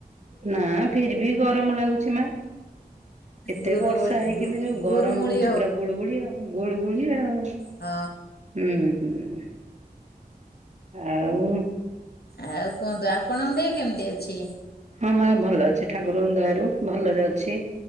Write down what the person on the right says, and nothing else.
ନା ଫିରବି ଗରମ ଲାଗୁଛି ମା। ଏତେ
ବର୍ଷା ହେଇକି
ବି ଯୋଉ
ଗରମ ହଉଛି ପୁରା ଗୁଳୁଗୁଳି ଆଉ ଗୁଳୁଗୁଳି ଆଉ।
ହୁଁ ହୁଁ ଆଉ
ହଁ ମା ଭଲ ଅଛି ଠାକୁରଙ୍କ ଦୟାରୁ ଭଲରେ ଅଛି